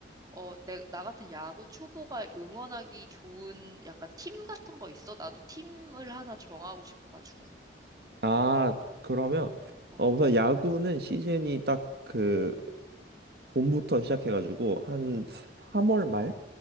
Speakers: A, on the right; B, on the right.
A: 어, 내, 나 같은 야구 초보가 응원하기 좋은 약간 팀 같은 거 있어? 나도 팀을 하나 정하고 싶어가지고.
B: 아, 그러면
A: 어,
B: 어, 우선 야구는 시즌이 딱그 봄부터 시작해가지고 한
A: 응,
B: 3월 말,